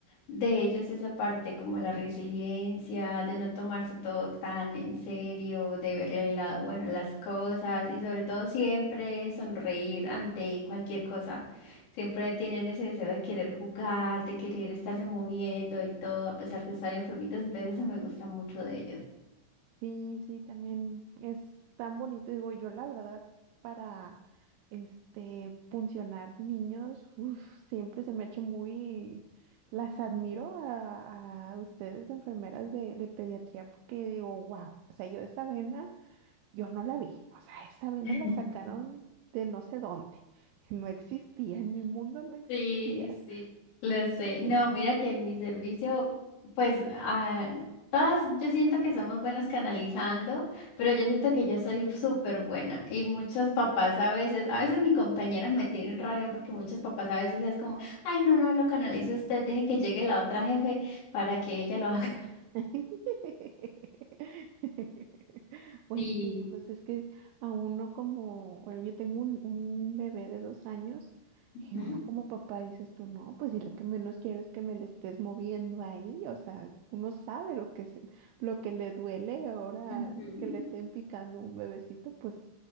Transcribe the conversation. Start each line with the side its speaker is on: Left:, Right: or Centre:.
Left: de ellos esa parte como la resiliencia, de no tomarse todo tan en serio, de verle el lado bueno a las cosas y sobre todo siempre sonreír ante cualquier cosa. Siempre tienen ese deseo de querer jugar, de querer estarse moviendo y todo a pesar de estar enfermitos, entonces eso me gusta mucho de ellos.
Right: Sí, sí, también es tan bonito. Digo, yo la verdad, para este funcionar niños, uf, siempre se me ha hecho muy, las admiro a, a ustedes, enfermeras de, de pediatría, porque digo, wow, o sea, yo esa vena, yo no la vi. O sea, esa vena
Left: <laughs>
Right: la sacaron de no sé dónde. <laughs> No existía, en mi mundo no existía.
Left: Sí, sí, lo sé. No, mira que en mi servicio, pues ah, todas yo siento que somos buenas canalizando, pero yo siento que yo soy súper buena y muchos papás a veces, a veces mis compañeras me tienen rabia porque muchos papás a veces es como, ay, no, no, lo canalice usted, deje que llegue la otra jefe para que ella lo haga. <laughs>
Right: <laughs> Pues
Left: Sí.
Right: sí, pues es que a uno como, bueno, yo tengo un, un bebé de dos años
Left: Ujú,
Right: y uno como papá dices tú, no, pues si lo que menos quiero es que me le estés moviendo ahí, o sea, uno sabe lo que se- lo que le duele ahora
Left: ujú,
Right: que le estén picando un bebecito, pues